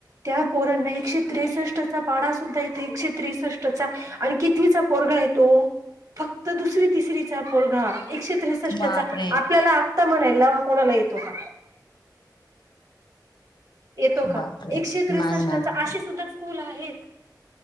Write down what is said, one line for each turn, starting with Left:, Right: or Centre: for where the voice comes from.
Right: त्या पोरांना एक क त्रेसष्टचा पाडा सुद्धा येतो एकशे त्रेसष्टचा आणि कितीचा पोरगा येतो फक्त दुसरी तिसरीचा पोरघा एकशे त्रेसष्टचा
Left: बापरे
Right: आपल्याला आत्ता म्हणा लवा कोणाला येतो का येतो का
Left: बापरे
Right: एकशे त्रेसष्टचा
Left: नाही ना
Right: अशीे सुद्धा स्ूल आहेत